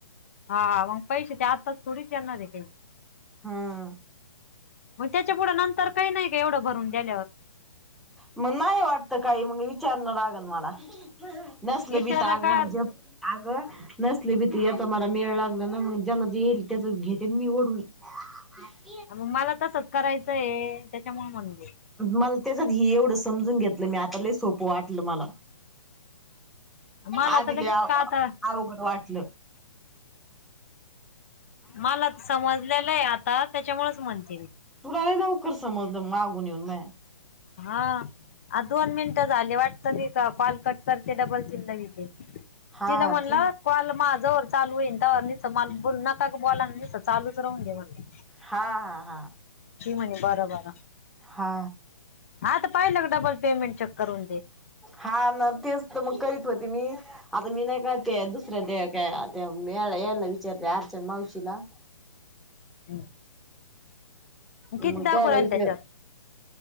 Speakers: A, on the left; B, in the centre.
A: हा मंग पैसे ते आत्ताच थोडीच येणारे ते
B: हम्म
A: मग त्याच्या पुुढे नंतर काही नाही का, एवढं भरून दिल्यावर.
B: मग नाही वाटत काही, मंग विचारणं लागन मला, नसल
A: विचार
B: बी त अगवान
A: का
B: जप अगं नसले बी ती येत मला मेळ लागला ना, मंग ज्याला जे येईल त्याच घेते मी ओढून. <unintelligible>
A: हा मग मला तसच करायचंय, त्याच्यामुळे म्हण
B: मला त्याच्यात ही एवढं समजून घेतलं मी आता, लय सोपं वाटल मला.
A: मला
B: आधी
A: तर लगेच
B: लय आव
A: का आता
B: आवघड वाट <inaudible>
A: मला समजलेलं आहे आता त्याच्यामुळेच म्हणते मी.
B: तुला लई लवकर समजलं मग मागून येऊन मया.
A: हा आ दोन मिनिटं झाले वाटत नाही का, कॉल कट <inaudible> घे
B: हा
A: चिन्ह
B: हा
A: म्हणलं
B: ठीक
A: कॉल माझ्या वर चालू होईन त्यावर न मला बोल नका का बोला आणि नुसता चालूच राहून दे म्हण
B: हा हा हा
A: <inaudible> म्हणे बारा बारा.
B: हा
A: हा तर का डबल पेमेंट चेक करून दे.
B: हा न तेच तर मग करीत होती मी आता मी नाही का ते दुसऱ्या ते काय याना विचारते अर्चना मावशीला.
A: हम्म
B: मग
A: किती दाखवलाल
B: त्याला विचार
A: त्याच्यात?